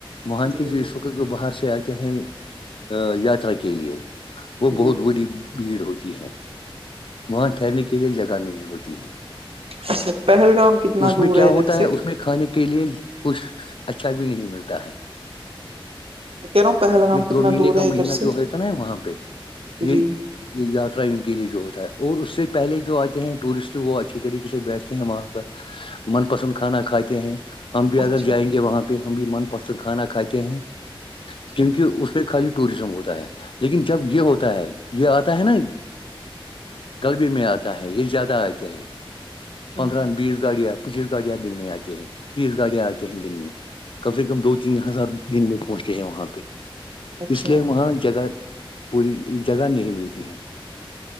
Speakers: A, on the left; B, on the right.
A: وہاں
B: جی
A: کے جو وقت جو باہر سے آتے ہیں یاترا کے لیے وہ
B: جی
A: بہت بڑی بھیڑ ہوتی ہے وہاں ٹہرنے کے لیے جگہ نہیں ہوتی ہے
B: اچھا پہلگام کتنا
A: اس
B: دور
A: میں کیا
B: ہے
A: ہوتا
B: ادھر سے
A: اس میں کھانے کے لیئے کچھ اچھا بھی نہیں ملتا ہے
B: کہہ رہا ہوں پہلگام
A: یہ
B: کتنا
A: دو مہینے
B: دور
A: کا
B: ہے
A: مہینہ
B: ادھر سے
A: جو ہو تھا نا وہاں پہ یہ
B: جی
A: یاترا ان کے لیے جو ہوتا ہے اور اس سے پہلے جو آتے ہیں ٹورسٹ وہ اچھی طریقے سے بیٹھتے ہیں وہاں پر من پسند کھانا کھاتے ہیں ہم اگر
B: اچھا
A: جائیں گے وہاں پہ ہم بھی من پسند کھانا کھاتے ہیں
B: اچھا
A: کیونکہ اس پہ خالی ٹوریزم ہوتا ہے لیکن جب یہ ہوتا ہے یہ آتا ہے نا غلبی میں آتا ہے یہ زیادہ آتے ہے پندرہ
B: ہوں،
A: بیس گاڑیاں پچیس گاڑیاں دن میں آتے ہیں تیس گاڑیاں آتے ہیں دن میں کم سے کم دو تین ہزار دن میں پہنچ رہے ہیں وہاں پہ
B: اچھا
A: اس لیے وہاںہ پوری جگہ نہیں ملتی ہے